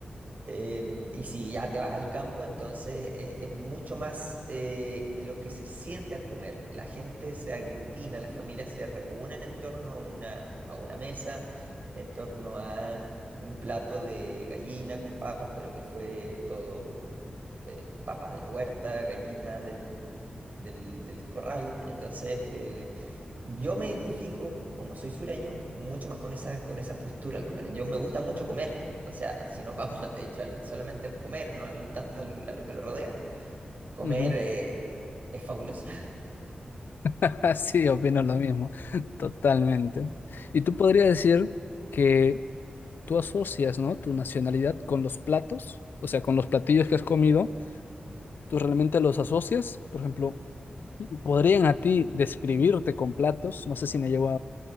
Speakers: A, on the right; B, on the left.
A: Em, y si ya te vas al campo, entonces es, es mucho más eh, lo que se siente al comer. La gente se aglutina, las familias se reúnen en torno a una, a una mesa, en torno a un plato de gallina con papas, pero que fue todo eh, papas de la huerta, gallina del, del- del corral. Entonces, eh, yo me identifico, como soy sureño, mucho más con esa, con esa postura al comer. Yo me gusta mucho comer. O sea, <laughs> si nos vamos, de hecho, al- solamente al comer, no al, tanto al- a lo que lo rodea, comer
B: ujú.
A: eh, es fabuloso.
B: <laughs> Sí, opino lo mismo, <laughs> totalmente. Y tú podrías decir que tú asocias, ¿no? Tu nacionalidad con los platos, o sea, con los platillos que has comido, tú realmente los asocias. Por ejemplo, podrían a ti describirte con platos, no sé si me llevo